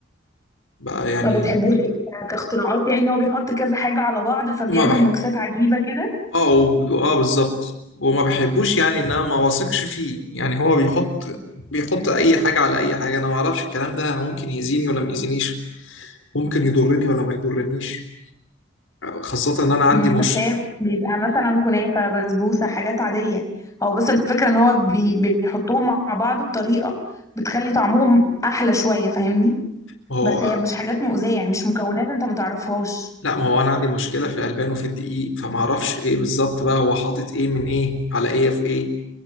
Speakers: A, on the left; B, on the left.
A: بقى يعني
B: ما بتحبوش ايه ك- كاختراعات يعني ان هو بيحط كذا حاجة على بعض فبيعمل
A: ما بح
B: ميكسات عجيبة كده
A: اه و... اه بالظبط وما بحبوش يعني ان انا ما واثقش فيه يعني هو بيحط بيحط اي حاجه على اي حاجه انا ما اعرفش الكلام ده ممكن يأذيني ولا ما يأذينيش ممكن يضرني ولا ما يضرنيش خاصه ان انا عندي
B: مم،
A: مش
B: بس هي بيبقى مثلا كنافة بسبوسة حاجات عادية هو بس الفكرة ان هو بي بيحطهم مع بعض بطريقة بتخلي طعمهم احلى شوية فاهمني
A: ما هو
B: بس هي مش حاجات مؤذية يعني مش مكونات انت متعرفهاش
A: لا ما هو انا عندي مشكله في الالبان وفي الدقيق فما اعرفش ايه بالظبط بقى هو حاطط ايه من ايه على ايه في ايه